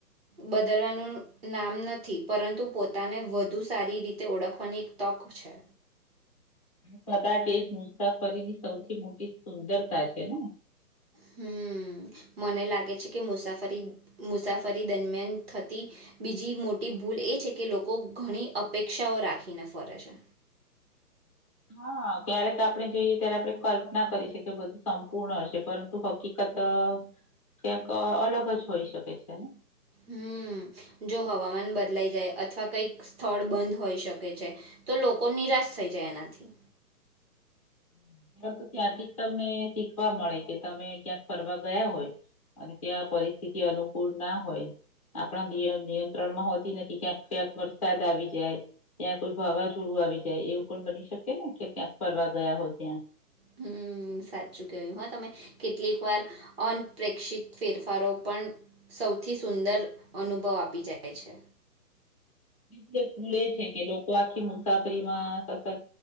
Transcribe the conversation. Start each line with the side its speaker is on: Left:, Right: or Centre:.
Right: બદલવાનું નામ નથી પરંતુ પોતાને વધુ સારી રીતે ઓળખવાની એક તક છે.
Left: પદાચ એ જ. મુસાફરી ની સૌથી મોટી સુંદરતા છે. <unintelligible>
Right: હમ મને લાગે છે કે મુસાફરી મુસાફરી દરમિયાન થતી બીજી મોટી ભૂલ એ છે કે લોકો ઘણી અપેક્ષાઓ રાખીને ફરે છે.
Left: હા. ક્યારેક આપણે જઈએ ત્યારે આપણે કલ્પના કરી શકીએ બધું સંપૂર્ણ હશે પણ. હકીકત ક્યાંક અલગ જ હોઈ શકે છે ને.
Right: હમ જો હવામાન બદલાઈ જાય અથવા કંઈક સ્થળ બંધ હોઈ શકે છે તો લોકો નિરાશ થઈ જાય એનાથી.
Left: <unintelligible> ત્યાંથી તમને શીખવા મળે છે તમે. ક્યાંક ફરવા ગયા હોય અને ત્યાં પરિસ્થિતિ અનુકૂળ ના હોય આપણા નિયંત્રણ માં હોતી નથી ક્યાંક ક્યાંક વરસાદ આવી જાય ત્યાં કોઈ વાવાઝોડું આવી જાય એવું પણ બની શકે ને કે ક્યાંક ફરવા. ગયા હોય ત્યાં.
Right: હમ સાચું કયું હા તમે કેટલીક વાર અનપેક્ષિત ફેરફારો પણ સૌથી સુંદર અનુભવ આપી જાય છે.
Left: <unintelligible> ભૂલ એ છે કે લોકો આખી મુસાફરીમાં સતત.